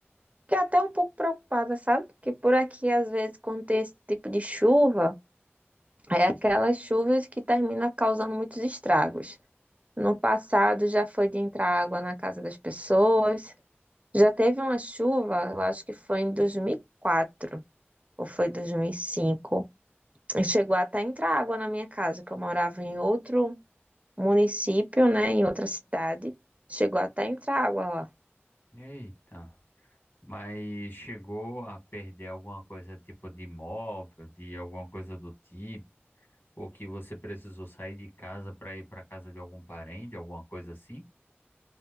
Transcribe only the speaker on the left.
Eita, mas chegou a perder alguma coisa tipo de imóvel, de alguma coisa do tipo, ou que você precisou sair de casa para ir para casa de algum parente, alguma coisa assim?